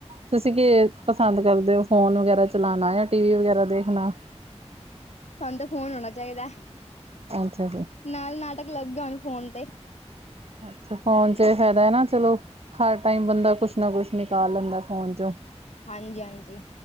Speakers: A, on the right; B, on the left.
A: ਤੁਸੀਂ ਕੀ ਪਸੰਦ ਕਰਦੇ ਹੋ? ਫੋਨ ਵਗੈਰਾ ਚਲਾਣਾ, ਜਾਂ ਟੀ ਵੀ ਵਗੈਰਾ ਦੇਖਣਾ?
B: ਸਾਨੂੰ ਤੇ ਫ਼ੋਨ ਹੋਣਾ ਚਾਹੀਦਾ।
A: ਅੱਛਾ ਜੀ।
B: ਨਾਲ ਨਾਟਕ ਲੱਗੇੇ ਹੋਣ ਫੋਨ ਤੇ।
A: ਅੱਛਾ ਫੋਨ ਚ ਇਹ ਫਾਇਦਾ ਹੈ ਨਾ ਚਲੋ ਹਰ ਟਾਈਮ ਬੰਦਾ ਕੁਛ ਨਾ ਕੁਛ ਨਿਕਾਲ ਲੈਂਦਾ ਫੋਨ ਚੋਂ।
B: ਹਾਂਜੀ ਹਾਂਜੀ।